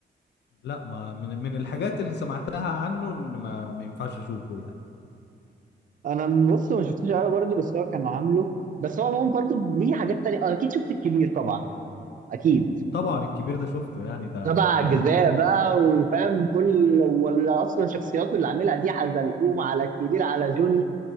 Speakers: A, on the left; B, on the right.
A: لا ما من من الحاجات اللي سمعتها عنه ان ما, ما ينفعش اشوفه يعني
B: أنا بص ما شفتوش أوي برضه بس هو كان عامله بس هو عموما برضه ليه حاجات تانية آه، أكيد شفت الكبير طبعا آه، أكيد
A: طبعا الكبير ده شفته يعني ده
B: سبع
A: هتف- يعني
B: أجزاء
A: ايه كان
B: بقى
A: كله رمضان
B: وفاهم كل ولا أصلا شخصياته اللي عاملها دي حزلقوم على الكبير على جوني